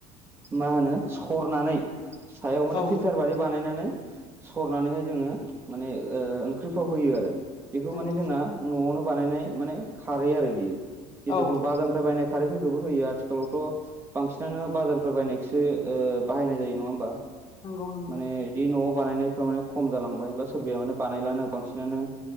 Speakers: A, on the right (about 20°); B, on the left (about 40°).
A: मा होनो सरनानै, सायाव माने
B: औ
A: फिल्टार बादि बानायनानै सरनानैहाय जोङो माने ओ ओंख्रिफ्राव होयो आरो। बेखौ
B: नंगौ
A: माने जोंना न'आवनो बानायनाय माने खारै आरो बियो जितु
B: औ
A: जों बाजार फफ्राय बायनाय खारैटखौ जोबोर होयो आथिखालावथ' बांसिनानो बाजारफ्राय बायनायखौसो ओ बाहायनाय जायो नङा होनबा
B: नंगौ नंगौ
A: माने बिदि न'आव बानायनायफ्रा माने खम जालांबाय बा सोरबाया माने बानायलानो बांसिनानो,